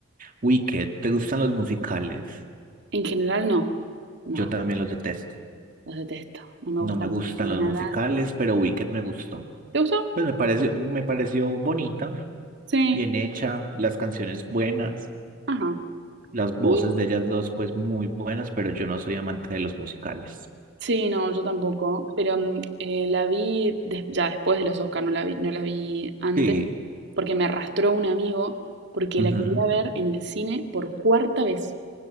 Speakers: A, on the right (about 40°); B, on the right (about 60°).
A: Wicked, ¿te gustan los musicales?
B: En general no, no,
A: Yo también los detesto.
B: los detesto, no me
A: No
B: gustan
A: me gustan
B: nada.
A: los musicales, pero Wicked me gustó.
B: ¿Te gustó?
A: Pues me pareció, me pareció bonita,
B: Sí,
A: bien hecha, las canciones buenas.
B: ajá.
A: Las voces
B: A
A: de ellas dos, pues muy buenas, pero yo no soy amante de los musicales.
B: sí, no, yo tampoco, pero mm, eh, la vi des- ya después de los Oscar, no la vi, no la vi antes,
A: Sí,
B: porque me arrastró un amigo, porque
A: ujú.
B: la quería ver en el cine por cuarta vez.